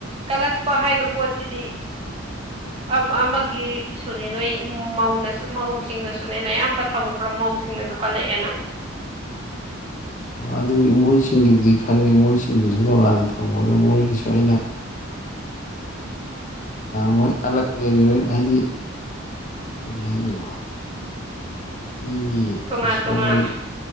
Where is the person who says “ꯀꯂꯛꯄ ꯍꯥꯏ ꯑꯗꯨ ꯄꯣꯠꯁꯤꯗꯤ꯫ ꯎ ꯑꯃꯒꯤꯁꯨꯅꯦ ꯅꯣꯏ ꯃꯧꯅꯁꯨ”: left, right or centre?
Right